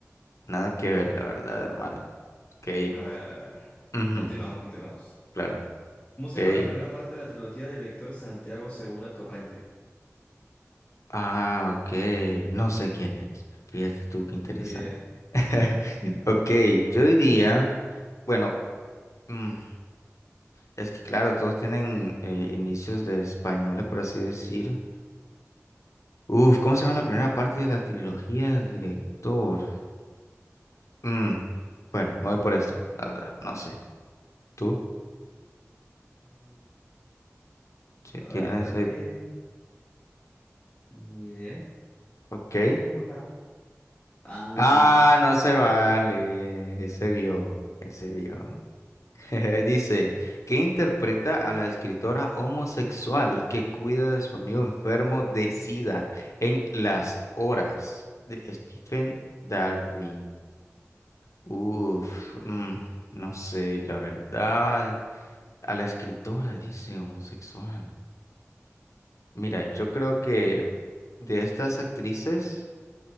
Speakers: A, on the left; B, on the left.
A: nada que ver, la verdad, hermano. Ok,
B: A ver, a ver.
A: ujú,
B: Continuamos, continuamos.
A: claro,
B: ¿Cómo se
A: ok.
B: llama la primera parte de la trilogía del director Santiago Segura Torrente?
A: Ah, ok, no sé quién es. Fíjate tú, qué interesante.
B: Ni idea.
A: <laughs> Ok, yo diría, bueno, mm, es que claro, todos tienen eh, inicios de españoles, por así decir. Uf, ¿cómo se llama la primera parte de la trilogía del director? Mm, bueno, me voy por esta, la verdad, no sé. ¿Tú?
B: Mm,
A: Si
B: La
A: tienes...
B: verdad es
A: eh,
B: que... Ni idea,
A: Ok.
B: pero vamos por la... A. Ah,
A: Ah, no se vale. Ese vio, ese vio. <laughs> Dice, que interpreta a la escritora homosexual que cuida de su amigo enfermo de SIDA en Las Horas de Stephen Dalry? Uf, mm, no sé, la verdad. A la escritora, dice homosexual. Mira, yo creo que de estas actrices,